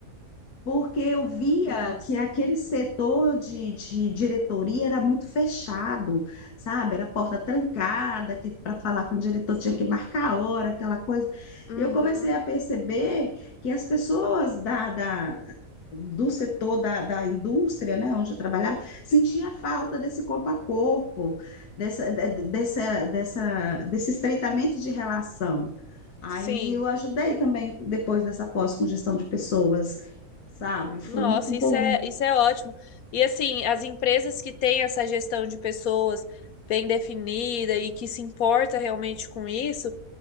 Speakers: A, on the left; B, on the left.
A: porque eu via
B: Nossa,
A: que aquele setor de, de diretoria era muito fechado, sabe? Era porta trancada, que para falar com o diretor
B: sim.
A: tinha que marcar a hora, aquela coisa.
B: Uhum.
A: Eu comecei a perceber que as pessoas da, da- do setor da, da indústria, né, onde eu trabalhava, sentia falta desse corpo a corpo, dessa, de- de- dessa, dessa, desse estreitamento de relação. Aí
B: Sim.
A: eu ajudei também depois dessa pós com gestão de pessoas sabe? Foi
B: Nossa,
A: muito bom.
B: isso é, isso é ótimo. E assim, as empresas que têm essa gestão de pessoas bem definida e que se importa realmente com isso,